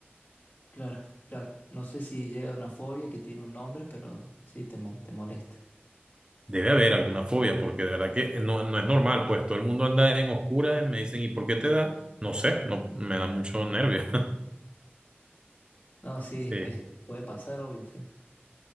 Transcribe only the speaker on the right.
Debe haber alguna fobia, porque de verdad que no, no es normal, pues todo el mundo anda en oscuras y me dicen, ¿y por qué te da? No sé, no, me da mucho nervio. <laughs>
Sí,